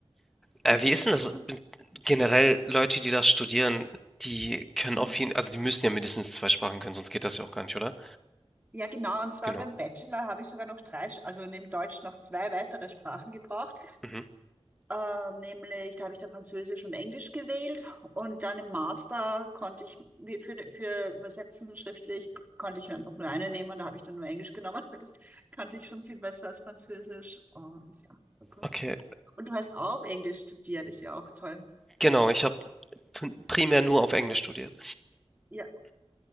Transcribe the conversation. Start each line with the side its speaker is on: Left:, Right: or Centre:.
Centre: Äh, wie ist denn das b generell Leute, die das studieren, die können
Right: Ja.
Centre: auf jeden also, die müssen ja mindestens 2 Sprachen können, sonst geht das ja auch gar nicht, oder?
Right: Ja, genau. Und zwar
Centre: Genau.
Right: beim Bachelor habe ich sogar noch drei, Sch- also neben Deutsch noch zwei weitere Sprachen gebraucht.
Centre: Mhm.
Right: Äh, nämlich, da habe ich da Französisch und Englisch gewählt. Und dann im Master konnte ich, mir für, für Übersetzen schriftlich, konnte ich mir einfach nur eine nehmen. Da habe ich dann nur Englisch genommen, <laughs> weil das kannte ich schon viel besser als Französisch. Und ja, okay.
Centre: Okay,
Right: Und du hast auch Englisch studiert, ist ja auch toll.
Centre: genau, ich habe primär nur auf Englisch studiert.
Right: Ja.